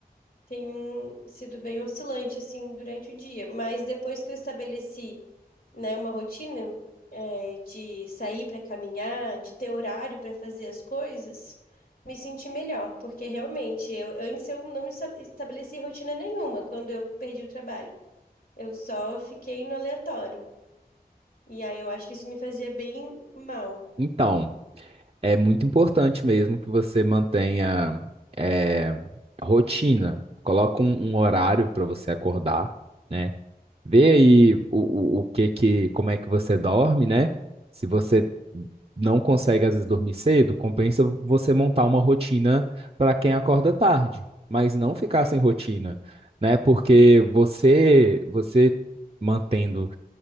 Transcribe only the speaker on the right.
Então, é muito importante mesmo que você mantenha é, rotina. Coloca um, um horário para você acordar, né? Vê aí o, o, o que que, como é que você dorme, né? Se você não consegue às vezes dormir cedo, compensa você montar uma rotina para quem acorda tarde, mas não ficar sem rotina, né? Porque você você mantendo